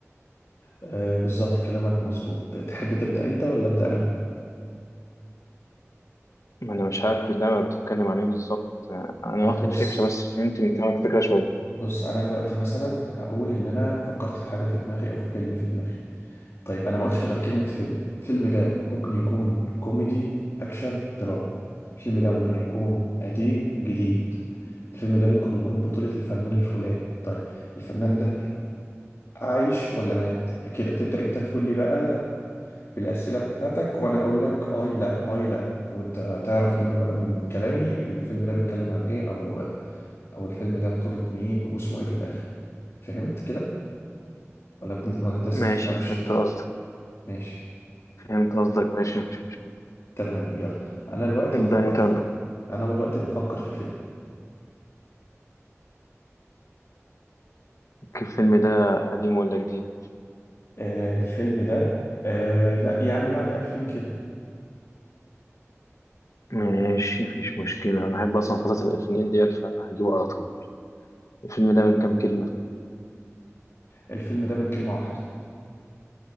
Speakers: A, on the left; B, on the left.
A: آه بالظبط كلامك مظبوط تحب تبدأ أنت ولا أبدأ أنا؟
B: أنا مش عارف اللعبة بتتكلم عن إيه بالظبط آه، أنا
A: آه
B: واخد
A: بص
B: فكرة بس فهمت من كلامك فكرة شوية
A: بص انا دلوقتي مثلا هقول ان انا فكرت في حاجه في دماغي او في فيلم في دماغي طيب انا ما قلتش غير كلمه فيلم الفيلم ده ممكن يكون كوميدي اكشن دراما الفيلم ده ممكن يكون قديم جديد الفيلم ده ممكن يكون بطولة الفنان الفلاني طيب الفنان ده عايش ولا مات كده تبدأ انت تقول لي بقى بالأسئلة بتاعتك وانا اقول لك اي لا اي لا وانت تعرف منه بقى من كلامي الفيلم ده بيتكلم عن ايه او او الفيلم ده بطولة مين واسمه ايه في الآخر فهمت كده ولا بت... ولا انت لسه
B: ماشي
A: بتفهمش
B: فهمت قصدك
A: ماشي
B: فهمت قصدك ماشي مفيش مشكلة
A: تمام يلا انا دلوقتي
B: ابدأ
A: بفكر
B: أنت
A: في
B: يلا.
A: انا دلوقتي بفكر في فيلم
B: الفيلم ده قديم ولا جديد؟
A: آه الفيلم ده آه لا يعني بعد 2000 كده
B: ماشي مفيش مشكلة أنا بحب أصلا فترة الألفينيات ديت فهجيبه على طول الفيلم ده من كام كلمة؟
A: الفيلم ده من كلمة واحدة